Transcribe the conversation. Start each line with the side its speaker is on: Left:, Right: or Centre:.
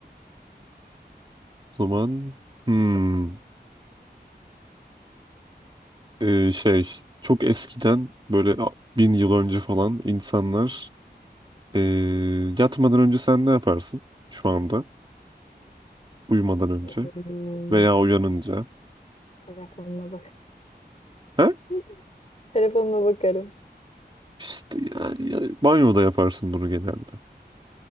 Right: O zaman hmm. Ee, şey çok eskiden böyle a- bin yıl önce falan insanlar ee, yatmadan önce sen ne yaparsın şu anda uyumadan önce
Left: Hmm,
Right: veya uyanınca
Left: telefonuma bak.
Right: ha
Left: <laughs> Telefonuma bakarım.
Right: işte yani, ya- banyoda yaparsın bunu genelde